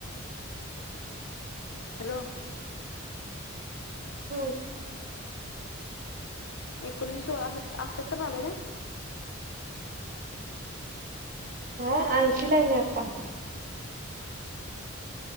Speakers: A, on the left; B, on the right.
A: हॅलो-
B: हम्म-
A: एकोणीसशे सोळा <unintelligible> आले ना-
B: हा ऐशी लाय मी आता -